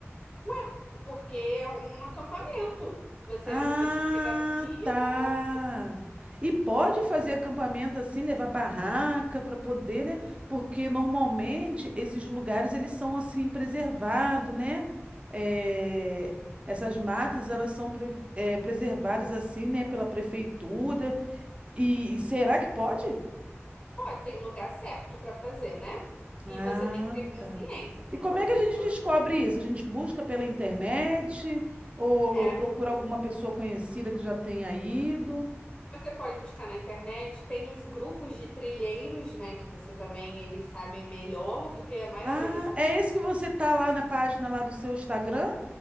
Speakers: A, on the left (about 25°); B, on the right (about 25°).
A: Ué, porque é um acampamento. Você,
B: Ah,
A: você chega no dia
B: tá.
A: e vai para...
B: E pode fazer acampamento assim, levar barraca para poder, né? Porque normalmente esses lugares eles são assim preservados, né? É, Essas matas elas são pre- é, preservadas assim, né? Pela prefeitura. E será que pode?
A: Pô, tem lugar certo para fazer, né?
B: Ah,
A: E você tem que ter consciência,
B: tá.
A: você
B: E
A: não
B: como
A: pode
B: é que
A: deixar
B: a gente
A: o
B: descobre
A: seu-
B: isso? A gente busca pela internet ou
A: É,
B: procura alguma pessoa conhecida que já tenha ido?
A: você pode buscar na internet, tem os grupos de trilheiros, né, que você também, eles sabem melhor do que a maioria
B: Ah,
A: das...
B: é esse que você tá lá na página lá do seu Instagram